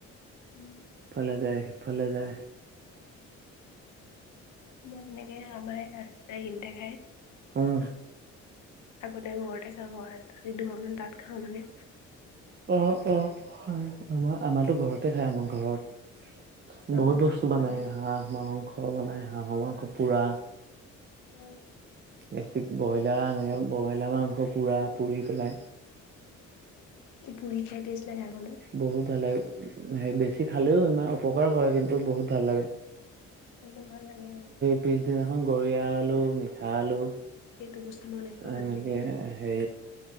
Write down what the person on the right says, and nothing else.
ইফালে যায় সিফালে যায়
উম
অ অ অ হয় আমাৰতো ঘৰতে খাই আমাৰ ঘৰত
বহুত বস্তু বনাই
হাঁহ মাংস বনাই হাঁহ মাংস পোৰা
বেছিক ব্ৰইলাৰ এনেকে ব্ৰইলাৰ মাংস পুৰা পুৰি পেলাই
বহুত ভাল লাগে সে বেছি খালেও ইমান অপকাৰ কৰে কিন্তু বহুত ভাল লাগে
পিছদিনাখন গৰীয়া আলু মিঠা আলু
এনেকে
হে